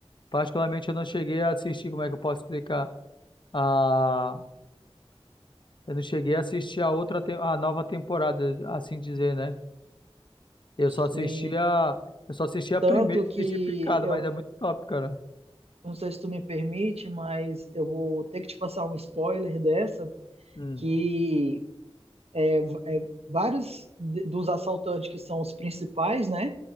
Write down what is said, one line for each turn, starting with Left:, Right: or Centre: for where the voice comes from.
Left: particularmente, eu não cheguei a assistir, como é que eu posso explicar? A, eu não cheguei a assistir a outra, tem- a nova temporada, assim dizer, né? Eu
Right: Sim.
Left: só assisti a, eu só assisti a
Right: Tanto
Left: primeira,
Right: que
Left: assisti picada,
Right: eu
Left: mas é muito top, cara.
Right: não sei se tu me permite, mas eu vou ter que te passar um spoiler dessa
Left: Hum.
Right: que é, é vários de- dos assaltantes que são os principais, né?